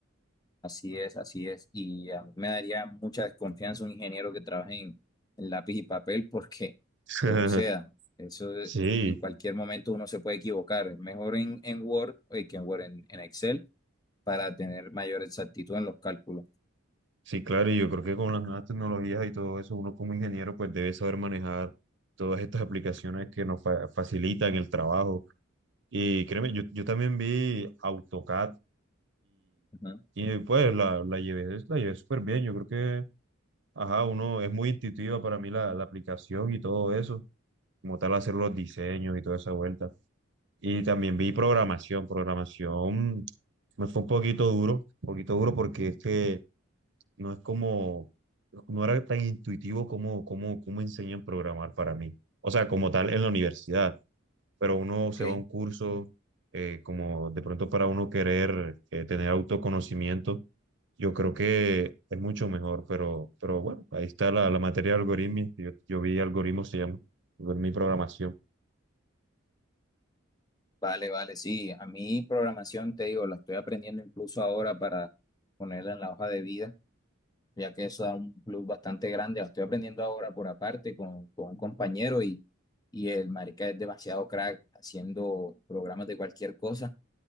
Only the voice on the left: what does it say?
Así es, así es. Y a mí me daría mucha desconfianza un ingeniero que trabaje en, en lápiz y papel porque,
pues, o sea, eso es-
en cualquier momento uno se puede equivocar. Es mejor en, en Word, eh, que en Word, en, en Excel, para tener mayor exactitud en los cálculos.
Ujú,
ok.
Vale, vale, sí. A mí programación, te digo, la estoy aprendiendo incluso ahora para ponerla en la hoja de vida ya que eso da un plus bastante grande. Lo estoy aprendiendo ahora por aparte con, con un compañero y, y el marica es demasiado crack haciendo programas de cualquier cosa